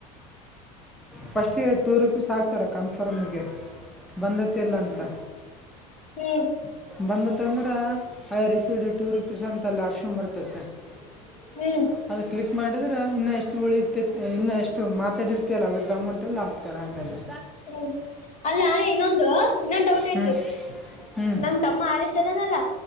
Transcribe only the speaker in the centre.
ಫಸ್ಟ್ <unintelligible> ಟೂ ರುಪೀಸ್ ಹಾಕ್ತಾರ ಕನ್ಫರ್ಮ್ಗೆ. ಬಂದತಿಲ್ಲ
<unintelligible> ಅಂತ.
ಬಂದತ್ತಂದ್ರೆ ಐ ರಿಸೀಡಿ ಟೂ ರುಪೀಸ್ ಅಂತ ಅಲ್ಲಿ ಆಪ್ಷನ್ ಬರ್ತಯ್ತೆ. <unintelligible>
ಅದು ಕ್ಲಿಕ್ ಮಾಡಿದ್ರೆ <unintelligible> ಇನ್ನು ಎಷ್ಟು ಉಳಿಯುತ್ ಇನ್ನು ಎಷ್ಟು ಮಾತಾಡಿರ್ತಲ್ಲ ಅದ್ರದ್ದ <unintelligible> ಅಮೌಂಟ್ ಎಲ್ಲ ಹಾಕ್ತಾರೆ ಆಮೇಲೆ
ಹ್ಞೂ ಹ್ಞೂ